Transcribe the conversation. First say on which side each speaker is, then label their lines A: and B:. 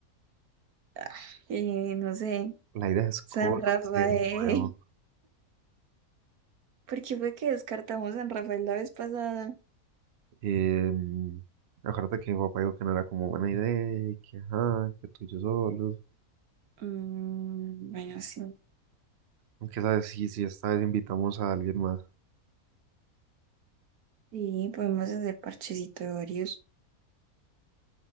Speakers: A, on the right (about 75°); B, on the right (about 55°).
A: Ah, eh, no sé,
B: la idea es conocer
A: San Rafael.
B: nuevo.
A: Porque fue que descartamos en Rafael la vez pasada.
B: Eh, acuérdate que mi papá dijo que no era como buena idea, y que ajá, que tú y yo solos.
A: Mm, bueno, sí.
B: Aunque sabes, sí, sí, esta vez invitamos a alguien más.
A: Sí, podemos hacer parchecito de varios